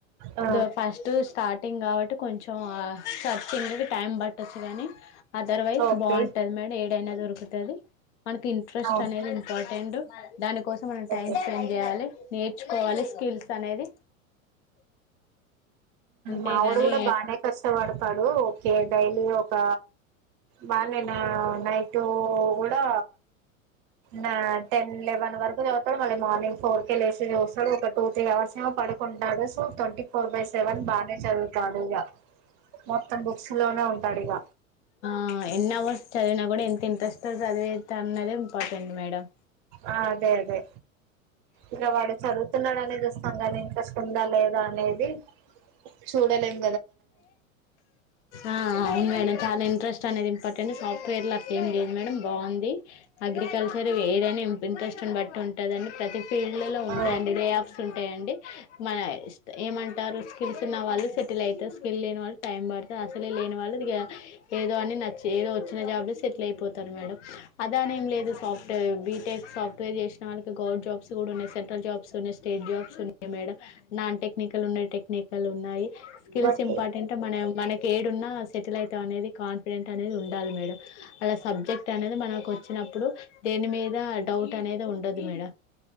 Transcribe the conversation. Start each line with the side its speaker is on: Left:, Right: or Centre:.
Right: ఆ,
Left: ద ఫస్ట్ స్టార్ట్ టింగ్ కాబట్టి కొంచెం సార్ర్చింగ్కి టైం పట్టొచ్చు కానీ అదర్ వైజ్
Right: ఓకే
Left: బాగుంటది మేడం ఏ తది మనకి ఇంట్రెస్ట్
Right: అవును
Left: అనేది ఇంపార్టెంట్ దాని కోసం మనం టైం
Right: ఓకే
Left: స్పెండ్ చేయాలే నేర్చుకోవాలే స్కిల్స్ అనేది అంతేగాని
Right: మావో డు కూడా బాగానే కష్టపడతాడు ఓకే డైలీ ఒక వాడ్ నిన్న నైట్ ఉ కూడా నా టెన్ వెన్ వరకు జత మ మర్నింగ్ ఫోర్ కేె లేసి చూస్తాడు ఒక టూ త్రీ అవర్స్ ఏమో పడుకుంటాడు so twenty four by seven బాగానే చదువుతాడు ఇక మొత్తం బుక్స్ లోనే ఉంటాడు ఇక
Left: ఆ ఎన్ని అవర్స్ చదివినా కూడా ఎంత ఇంట్రెస్ట్ చది అన్నదే ఇంపార్టెంట్ మేడం
Right: ఆ అదే అదే ఇక వాడు చదువుతున్నాడు అనేది వస్తాం కాగానీ ఇంకా స్కుందా లేదా అనేది చూడల ఎం
Left: ఆ అవును మేడం చాలా ఇంట్రెస్ట్ అనేది ఇంపార్టెంట్ సాఫ్ట్వేర్ లో ఏం లేదు మేడం బాగుంది అగ్రికల్చర్ వదని ఇంట్రెస్ట్ని బట్టి ఉంటుందిని ప్రతి ఫీల్డ్ లో ఉంటాయిడి
Right: ఆ
Left: లే ఆప్్స్ ఉంటాయండి మన ఇ ఏమంటారు స్కిల్స్ ఉన్న వాళ్ళు స అయి స్కిల్ లేని వాళ్ళు టైం పడుతారు అసలే లేని వాళ్ళు ఏదో అని నచ్చి ఏదో వచ్చిన జాబ్లో అయిపోతారు మేడం అదానే ఏం లేదు సాఫ బీటెక్ సాఫ్ట్వేర్ చేసిన వాళ్ళకి గవర్నం జాబ్స్ కూడా ఉన్నాయి సెంట్రల్ జాబ్స్ ఉన్నాయి స్టేట్ జాబ్స్ ఉన్నాయి మేడం నాన్ టెక్నికల్ ఉన్నాయి టెక్నికల్ ఉన్నాయి స్కిల్స్
Right: బట్
Left: ఇంపార్టెంట్ మన మనకి ఏడు ఉన్నా సెటిల్ అవుతా అనేది కాన్ఫిడెంట్ అనేది ఉండాలి మేడం అలా సబ్జెక్ట్ అనేది మనకు వచ్చినప్పుడు దేని మీద డౌట్ అనేది ఉండదు మేడ